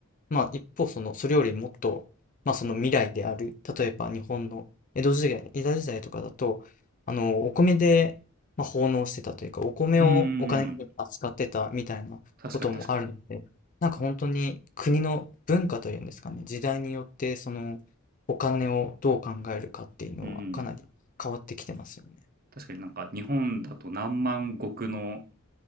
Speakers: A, on the left; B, on the right.
A: まあ一方そのそれよりもっとまあその未来である例えば日本の江戸時代江戸時代とかだとあのお米でまあ奉納してたというかお米をお金に扱ってたみたいなこともあるのでなんか本当に国の文化というんですかね時代によってそのお金をどう考えるかっていうのはかなり変わってきてますよね。
B: うんうんうん。確かに確かに。うんうん。確かになんか日本だと何万石の